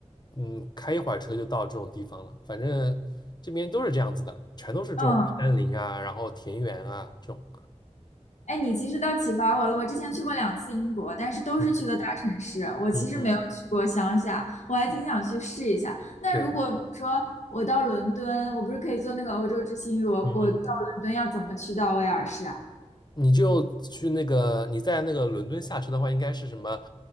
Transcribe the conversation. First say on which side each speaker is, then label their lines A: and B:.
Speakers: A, on the left; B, on the left.
A: 嗯开一会儿车就到这种地方了。反正这边都是这样子的，全都是这种山林啊，
B: 嗯，
A: 然后田园啊这种。
B: 哎，你其实倒启发我了。我之前去过两次英国，但是都是去的大城市。
A: 嗯
B: 我其实没有去过乡下，
A: 嗯嗯，
B: 我还挺想去试一下。那如果比如说我到伦敦，
A: 对，
B: 我不是可以坐那个欧洲之星？如果我到伦敦要怎么去到威尔士啊？
A: 嗯嗯你就去那个，你在那个伦敦下车的话，应该是什么，